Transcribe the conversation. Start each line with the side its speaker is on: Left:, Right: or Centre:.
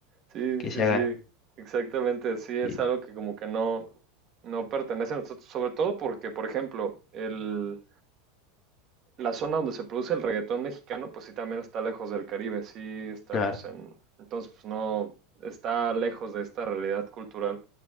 Right: Sí,
Left: que
Right: sí,
Left: se haga.
Right: sí, exactamente, sí, es
Left: y-
Right: algo que como que no, no pertenece a nosotros, sobre todo porque, por ejemplo, el, la zona donde se produce el reggaetón mexicano, pues sí también está lejos del Caribe, sí está
Left: claro,
Right: pues en, entonces pues no, está lejos de esta realidad cultural.